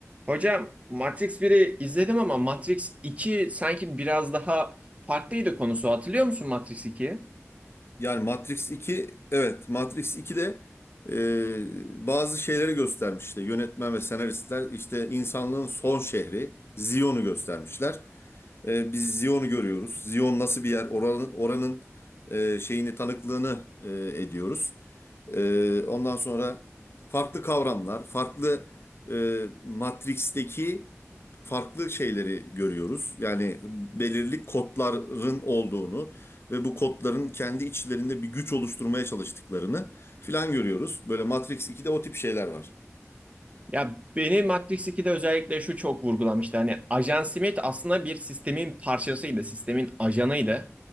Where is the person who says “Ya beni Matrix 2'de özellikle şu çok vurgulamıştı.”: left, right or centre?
Right